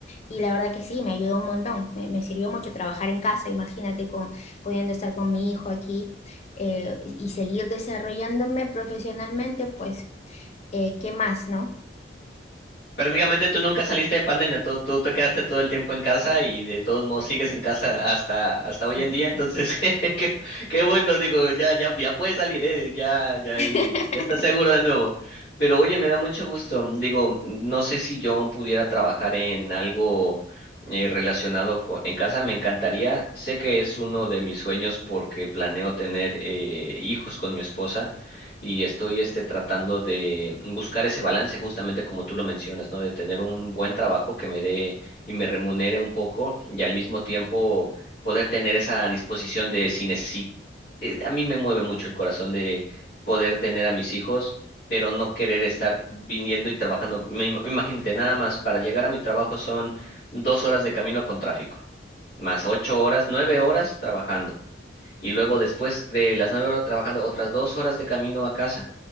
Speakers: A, on the left (about 35°); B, on the left (about 75°).
A: y la verdad que sí, me ayudó un montón, me, me sirvió mucho trabajar en casa, imagínate con pudiendo estar con mi hijo aquí eh, y seguir desarrollándome profesionalmente, pues eh, ¿qué más, no?
B: Prácticamente tú nunca saliste de pandemia, tú, tú te quedaste todo el tiempo en casa y de todos modos sigues en casa hasta, hasta
A: Exacto.
B: hoy en día, entonces <laughs> qué, qué bueno, digo, ya, ya, ya puedes salir, eh, ya, ya,
A: <laughs>
B: y ya estás seguro de nuevo. Pero oye, me da mucho gusto, digo, no sé si yo pudiera trabajar en algo eh, relacionado con, en casa, me encantaría, sé que es uno de mis sueños porque planeo tener eh, hijos con mi esposa y estoy este, tratando de buscar ese balance justamente como tú lo mencionas, ¿no? De tener un buen trabajo que me dé y me remunere un poco y al mismo tiempo poder tener esa disposición de si necesito. A mí me mueve mucho el corazón de poder tener a mis hijos. pero no querer estar viniendo y trabajando. Me ima- Imagínate, nada más para llegar a mi trabajo son dos horas de camino con tráfico, más ocho horas, nueve horas trabajando y luego después de las nueve horas trabajando otras dos horas de camino a casa.